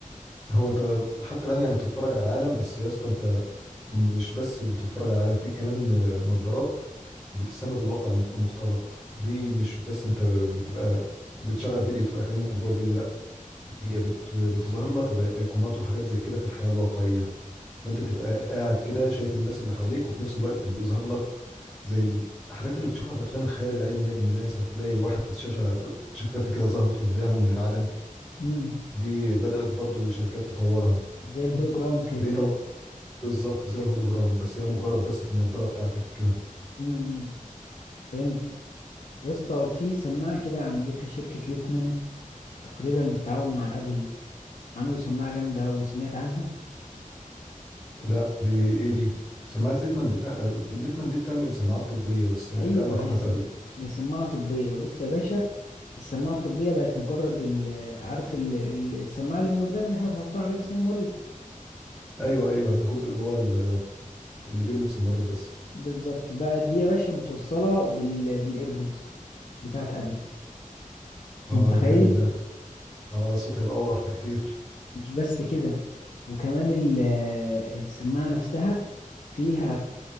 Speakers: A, in the centre; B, on the left (about 55°).
A: هو انت حتى الان يعني بتتفرج على العالم بس يا اسطى انت مش بس اللي بتتفرج على العالم في كمان آه، نظارات بتسمى بالواقع المف- المختلط دي مش بس انت بتبقى بتشغل فيديو تبقى كأنك جوه الفيديو لا هي بت بتظهر لك زي ايقونات وحاجات زي كده في الحياة الواقعية فانت تبقى قاعد كده شايف الناس اللي حواليك وفي نفس الوقت بيظهر لك زي الحاجات اللي بتشوفها في افلام الخيال العلمي يا ابني ده ساعة تلاقي واحد شاشة شفافة كده ظهرت قدامه من العدم
B: امم
A: دي بدأت برضو شركات تطورها
B: زي الهولوجرام كده
A: فدي
B: يعني
A: طبعا بالظبط زي الهولوجرام بس هي مجرد بس في النضارة بتاعتك كده
B: امم فهمتك يا اسطى في سماعة كده عملتها شركة ليتمان تقريبا بالتعاون مع أبل عملوا سماعة جامدة وسمعت عنها
A: لا دي ايه دي سماعة ليتمان بتاع آه، ليتمان دي بتعمل سماعات طبية بس آه،
B: ايوه
A: ايه علاقتها
B: هي سم...
A: بأبل
B: هي سماعه طبيه بص يا باشا السماعه الطبيه بقت مجرد ال... عارف ال... ال- السماعه اللي من قدام اللي احنا بنحطها على جسم المريض
A: ايوه ايوه الجزء اللي هو ال- اللي بيلمس المريض بس
B: بالظبط بقى دي يا باشا متوصله بال... بالايربودز بتاعت ابل أنت
A: اه
B: متخيل
A: جامد ده اه الصوت هيبقى اوضح بكتير
B: مش بس كده وكمان ال... السماعه نفسها فيها